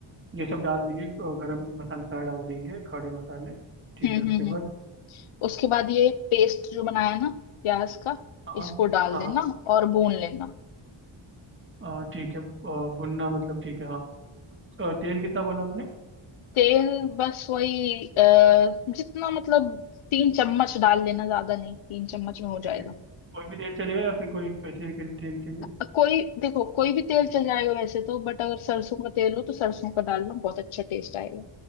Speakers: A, on the right; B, on the left.
A: ये सब डाल देंगे अ, गरम मसाला सारा डाल देंगे खड़े मसाले ठीक
B: हम्म
A: है
B: हम्म
A: उसके
B: हम्म
A: बाद
B: उसके बाद ये पेस्ट जो बनाया ना प्याज का
A: हाँ
B: इसको डाल
A: हाँ
B: देना और भून लेना
A: हाँ, ठीक है अ, भुनना मतलब ठीक है हाँ अ, तेल कितना बोला आपने
B: तेल बस वही अ, जितना मतलब तीन चम्मच डाल लेना ज्यादा नहीं तीन चम्मच में हो
A: ठीक
B: जाएगा
A: है कोई भी तेल चलेगा या फिर कोई स्पेशल तेल चाहिए
B: अ, कोई देखो कोई भी तेल चल जाएगा वैसे तो बट अगर सरसों का तेल हो तो सरसों का डालना बहुत अच्छा टेस्ट आएगा